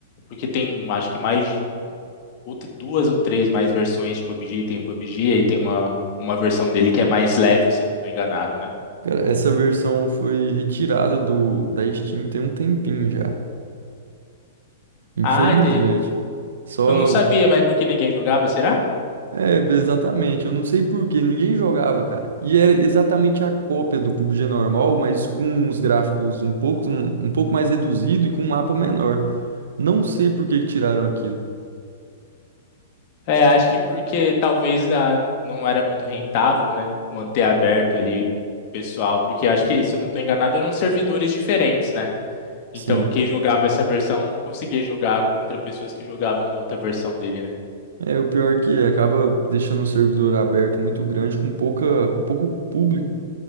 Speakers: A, on the left; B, on the right.
A: porque tem acho que mais de outra- duas ou três mais versões de PUBG. Tem o PUBG, aí tem uma, uma versão dele que é mais leve, se eu não estou enganado, né?
B: Cara, essa versão foi retirada do da Steam tem um tempinho já. Infelizmente.
A: Ah, e tem...
B: Só
A: eu não sabia, mas porque ninguém jogava, será?
B: É, exatamente. Eu não sei por quê, ninguém jogava, cara. E era exatamente a cópia do PUBG normal, mas com os gráficos um pouco, um, um pouco mais reduzido e com um mapa menor. Não sei por que que tiraram aquilo.
A: É, acho que porque talvez ah, n- não era muito rentável, né? Manter aberto ali o pessoal, porque acho que, se eu não estou enganado, eram servidores diferentes, né? Então,
B: Sim.
A: quem jogava essa versão não conseguia jogar contra pessoas que jogavam a outra versão dele, né?
B: É, o pior que é, acaba deixando um servidor aberto muito grande com pouca, pouco público.